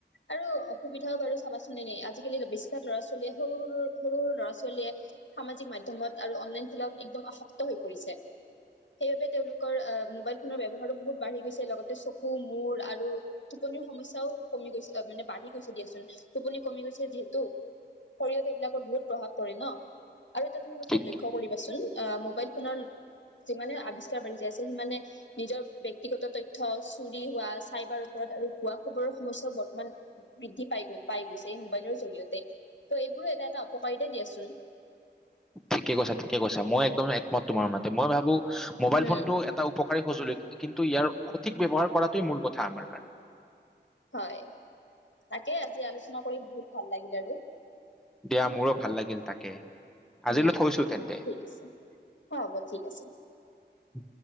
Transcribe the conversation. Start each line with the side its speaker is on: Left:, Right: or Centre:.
Left: আৰু অসুবিধা বাৰু চাবাচোন আজি কালি বেছিভাগ লৰা ছোৱালী সৰু সৰু সৰু লৰা ছোৱালীয়ে সামাজিক মাধ্যমত আৰু অনলাইন খেল একদম আসক্ত হৈ পৰিছে। সেইবাবে তেওঁলোকৰ মোবাইল ফোনৰ ব্যৱহাৰতো বহুত বাঢ়ি গৈছে, লগতে চক, মুৰ আৰু টোপনীৰ সমস্যাও কমি গৈছে মানে বাঢ়ি গৈছে দিয়াচোন, টোপনি কমি গৈছে যিহেতু শৰীৰত এইবিলাকৰ বহুত প্ৰভাৱ পৰে ন। আৰু এটা তুমি কথা
Centre: ঠিক
Left: লক্ষ্য কৰিবাচোন, অ' মোবাইল ফোনৰ যিমানে আৱিষ্কাৰ বাঢ়ি যাই আছে সি মানে নিজৰ ব্যক্তিগত তথ্য চুৰি হোৱা চাইবাৰ অপৰাধ আৰু ভুৱা খবৰৰ সমস্যাও বৰ্তমান বৃদ্ধি পাই পাই গৈছে এই মোবাইলৰ জৰিয়তে, ত' এইবোৰো এটা এটা অপকাৰিতা দিয়াচোন।
Centre: ঠিকে কৈছা ঠিকে কৈছা, মই একদম একমত তোমাৰ মাতে। মই ভাবো মোবাইল
Left: উম
Centre: ফোনটো এটা উপকাৰ কাৰি সঁজুলি, কিন্তু ইয়াৰ সঠিক ব্যৱহাৰ কৰাটোৱে মূল কথা আমাৰ কাৰণে।
Left: হয়, তাকে আজি আলোচনা কৰি বহুত ভাল লাগিল। <unintelligible>
Centre: দিয়া মোৰো ভাল লাগিল তাকে আজিলৈ
Left: উম
Centre: থৈছো তেন্তে
Left: ঠিক আছে হ হ'ব ঠিক আছে।
Centre: উ।